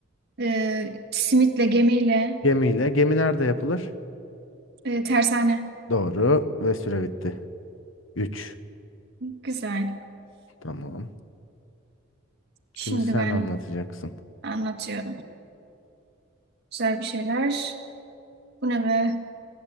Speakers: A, on the right; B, on the left.
A: Ee, simitle, gemiyle,
B: Gemiyle. Gemi nerede yapılır?
A: e, tersane.
B: Doğru ve süre bitti. 3.
A: Güzel.
B: Tamam.
A: Şimdi
B: Şimdi sen
A: ben
B: anlatacaksın.
A: anlatıyorum. Güzel bir şeyler. Bu ne be?